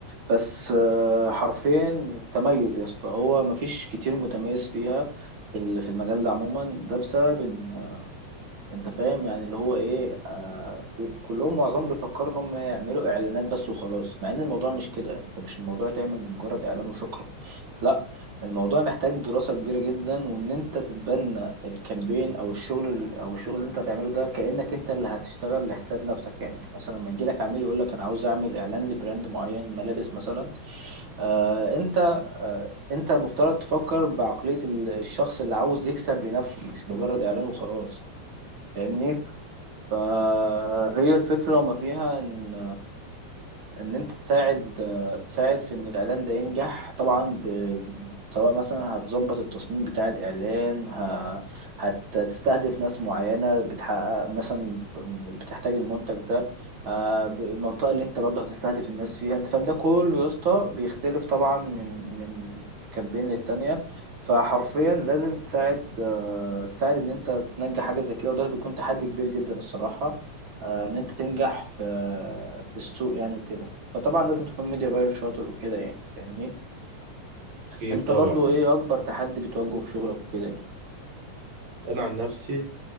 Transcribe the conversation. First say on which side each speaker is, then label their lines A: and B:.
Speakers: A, on the right; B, on the right.
A: بس آه، حرفيا التميز يا اسطى هو مفيش كتير متميز فيها في ال- في المجال ده عموما ده بسبب ان انت فاهم يعني اللي هو ايه آه بي- كلهم معظمهم بيفكروا ان هم يعملوا اعلانات بس وخلاص مع ان الموضوع مش كده انت مش الموضوع تعمل مجرد اعلان وشكرا لا الموضوع محتاج دراسة كبيرة جدا وان انت تتبنى الكامبين او الشغل ال- او الشغل اللي انت هتعمله ده كأنك انت اللي هتشتغل لحساب نفسك يعني مثلا لما يجي لك عميل يقول لك انا عاوز اعمل اعلان لبراند معين ملابس مثلا آه انت آه انت المفترض تفكر بعقلية ال- الشخص اللي عاوز يكسب لنفسه مش مجرد اعلان وخلاص فاهمني فهي الفكرة وما فيها ان ان انت تساعد تساعد في ان الاعلان ده ينجح طبعا ب... سواء مثلا هتظبط التصميم بتاع الاعلان ه... هتستهدف ناس معينه بتحقق مثلا بتحتاج المنتج ده آه، ب- المنطقه اللي انت برضه هتستهدف الناس فيها انت فاهم ده كله يا اسطى بيختلف طبعا من من كامبين للتانيه فحرفيا لازم تساعد آه، تساعد ان انت تنجح حاجه زي كده وده بيكون تحدي كبير جدا الصراحه آه، ان انت تنجح في في السوق يعني وكده فطبعا لازم تكون ميديا باير شاطر وكده يعني فاهمني
B: اكيد
A: انت
B: طبعا
A: برضو
B: يعني
A: ايه اكبر تحدي بتواجهه في شغلك وكده يعني
B: انا عن نفسي